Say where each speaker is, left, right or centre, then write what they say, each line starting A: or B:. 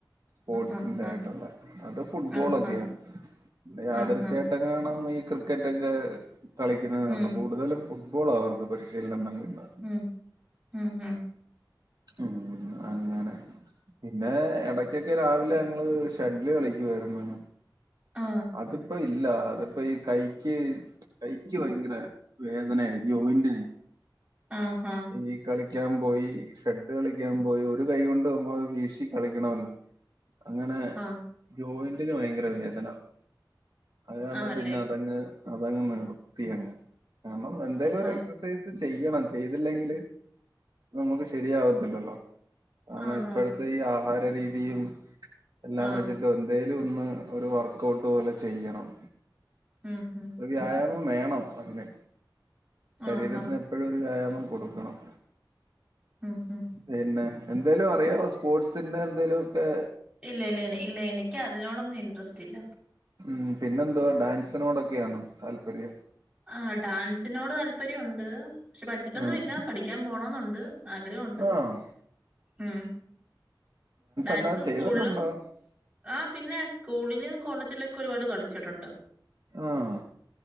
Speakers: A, on the right; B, on the right.
A: സ്പോർട്സിന്റെ
B: ആഹ്
A: യിട്ടുള്ള അത് ഫുട്ബോൾക്കെയാ
B: ആഹ് ആഹ്
A: യാതർശ
B: ആഹ് ആഹ്
A: ങ്ങാണം ഈ ക്രിക്കറ്റ് ഒക്കെ കളിക്കുന്നുന്നൊള്ളു
B: ഉം
A: കൂടുതലും ഫുട്ബോൾ അവർക്ക് പരിശീലനം നൽകുന്നത്
B: ഉം ഉം ഉം
A: ഉം അങ്ങനെ പിന്നെ എടക്കൊക്കെ രാവിലെ ഞങ്ങള് ഷട്ടില് കളിക്കുവായിരുന്നു
B: ആ
A: അതിപ്പോ ഇല്ല അതിപ്പോ ഈ കൈക്ക് കൈക്ക് ഭയങ്കര വേദനയാ ജോയിന്റിന്
B: ആഹ ആഹ
A: ഈ കളിക്കാൻ പോയി ഷട്ട് കളിക്കാൻ പോയി ഒരു കൈ കൊണ്ട് ആവും മ്പോ വീശി കളിക്കണല്ലോ അങ്ങനെ
B: ആഹ്
A: ജോയിന്റിന് ഭയങ്കരവേദനഅത് കാരണംപിന്നെഅതങ്ങ്
B: ആണല്ലേ
A: അതങ്ങ് നിർത്തി അങ്ങ് കാരണം എന്തേലും
B: ആഹ്
A: ഒരു എക്സസൈസ് ത് ചെയ്യണം ചെയ്തില്ലെങ്കിൽ നമുക്ക് ശരിയാവത്തില്ലല്ലോ ആണ
B: ആന്ന്
A: ഇപ്പോഴത്തെ
B: ആന്ന്
A: ഈ ആഹാര രീതിയും എല്ലാം
B: ആഹ്
A: വെച്ചിട്ട് എന്തേലും ഒന്ന് ഒരു വർക്കഔട്ട് പോലെ ചെയ്യണം
B: ഉം ഹും
A: ഒരു വ്യായാമം വേണം അതിന് ശരീരത്തിന്
B: ആഹ് ആഹ്
A: എപ്പോഴും ഒരു വ്യായാമം കൊടുക്കണം
B: ഉം ഉം
A: പിന്നെ എന്തെലും അറിയാവോ സ്പോർട്സിന്റെ എന്തേലുംഒക്കെ
B: ഇല്ല ഇല്ല ഇല്ല എനിക്ക് അതിനോടൊന്നും ഇൻട്രസ്റ്റ്‌ ഇല്ല
A: ഉം പിന്നെന്തോ ഡാൻസിനോടൊക്കെണോ താല്പര്യം?
B: ആ ഡാൻസിനോട് താല്പര്യണ്ട് പക്ഷെ പഠിച്ചിട്ടൊന്നും
A: ഉം
B: ഇല്ല പഠിക്കാൻ പോണെന്നുണ്ട് ആഗ്രഹം ഉണ്ട്
A: ആഹ്
B: ഉം ഡാൻസ്
A: അല്ലാതെ
B: സ്കൂളു
A: ചെയ്തിട്ടുണ്ടോ
B: ലും ആ പിന്നെ സ്കൂളിലും കോളേജിലൊക്കെ ഒരുപാട് കളിച്ചിട്ടുണ്ട്
A: ആഹ